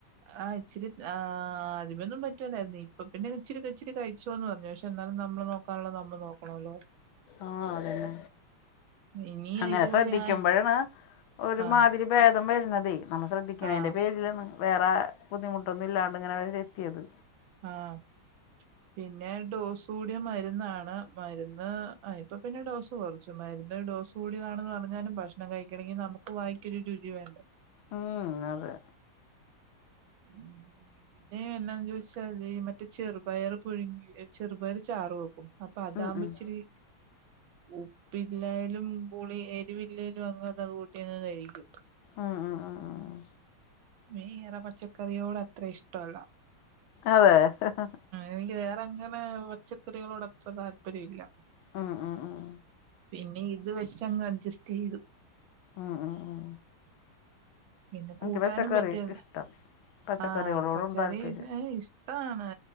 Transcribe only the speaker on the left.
ആഹ അതെന്നെ
അങ്ങനെ
ശ്രദ്ധിക്കുമ്പോഴാണ്
ഒരുമാതിരി
ഭേദ ം വരുന്നതെ നമ്മൾ ശ്രദ്ധിക്കണേതിന്റെ
പേരിലാണ് വേറെ ബുദ്ധിമുട്ടൊന്നും ഇല്ലാണ്ട് ഇങ്ങനെ അവരെ എത്തിയത്
ഉം അതെ
ഉം, ഉം.
ആഹ് ആഹ് ആഹ്
അതെ ഹ് ഹ്
ഉം, ഉം, ഉം.
ആഹ് ഉം ഉം
എനിക്ക്
പച്ചക്കറി
ഇഷ്ടം പച്ചക്കറികളോടും
താല്പര്യം